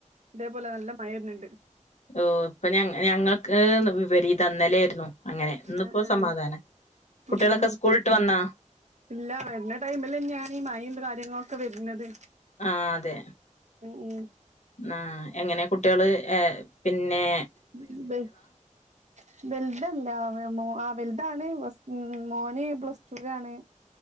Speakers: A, on the right; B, on the left.
A: ഇതേപോലെ നല്ല മയര്ന്ണ്ട്
B: ഓഹ് ഇപ്പൊ ഞ ഞങ്ങൾക്ക് വിപരിത ഇന്നലേരുന്നു അങ്ങനെ ഇന്ന്പ്പോ
A: ആഹ് ആഹ്
B: സമാധാന കുട്ട്യേയേളൊക്കെ
A: ഉം ഉം
B: സ്കൂൾട്ട് വന്നോ
A: ഇല്ല വര്ന ടൈമിലന്നെയാണീ മയീം കാര്യങ്ങളൊക്കെ വര്നത്
B: ആഹ് അതെ
A: ഉം ഉം
B: ആഹ് എങ്ങനെ കുട്ട്യേയാള് ഏഹ് പിന്നേ
A: <unintelligible> വൽതല്ല മോ ആഹ് വൽതാണ് പ്ലസ് മോന് പ്ലസ് ടൂ ലാണ്